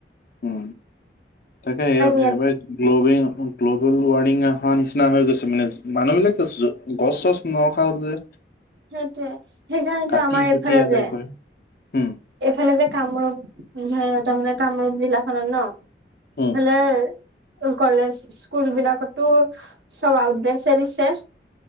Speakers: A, on the left (about 55°); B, on the right (about 85°).
A: উ তাকেবাৰে
B: ইয়াত
A: গ্ব গ্লবেল ৱাৰ্মিং এ। নিচিনা হৈ গৈছে মানে মানুহবিলাকে গছ চছ নৰখা হল যে।
B: সেইটয়ে সেইকাৰণটো
A: কাটি
B: আমাৰ এইফালে
A: কুটি আদায়
B: যে।
A: কৰে উম
B: এইফালে যে কামৰূপ তাৰানে কামৰূপ জিলা খনত ন।
A: উম
B: এইফালে। কলেজ স্কুল বিলাকতো সব উদ্ৰেচ দিছে।